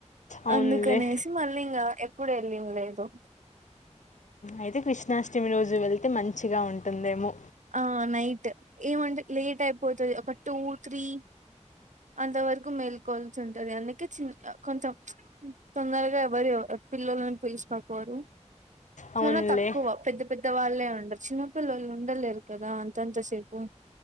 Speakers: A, on the left; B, on the right.
A: అవునులే.
B: అందుకనేసి మళ్ళీ ఇంకా కూడా ఎల్లింది లేదు
A: అయితే కృష్ణాష్టమి రోజు వెళ్త అయితే మంచిగా ఉంటుందేమో
B: ఆ నైట్ ఏమంటే లేట్ అయిపోతది ఒక టూ త్రీ అంత వరకు మేల్కోవాల్సి ఉంటది అందుకే చి కొంచెం తొందరగా ఎవరు పిల్లోలని పిలుచకపోరు
A: అవునులే
B: చాలా తక్కువ పెద్ద పెద్ద వాళ్ళే ఉండరు చిన్న పిల్లలు ఉండలేరు కదా అంతంతసేపు